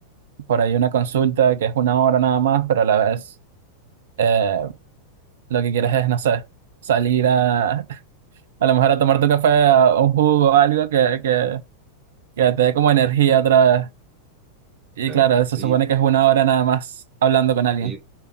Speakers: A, on the right; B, on the right.
A: por ahí una consulta que es una hora nada más, pero a la vez eh, lo que quieres es, no sé, salir a, <laughs> a lo mejor a tomar tu café, a un jugo o algo que, que, que te dé como energía otra vez. Y
B: claro.
A: claro, se
B: Oye,
A: supone que es una hora nada más hablando con alguien.
B: oye,